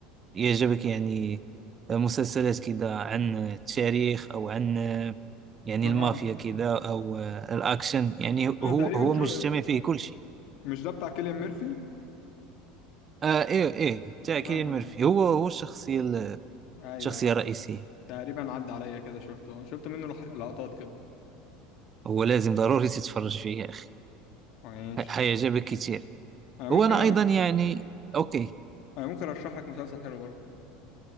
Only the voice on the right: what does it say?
يعجبك يعني مسلسلات كده عن التاريخ او عن يعني
المافيا كده او آه، الاكشن يعني هو
هو
مجتمع فيه كل شيء
آه ايه ايه تاع
كيليان
ميرفي هو هو الشخصية ال-
الشخصية
الرئيسية
هو لازم ضروري تتفرج فيه يا أخي
حيعجبك كتير
هو انا ايضا يعني اوكي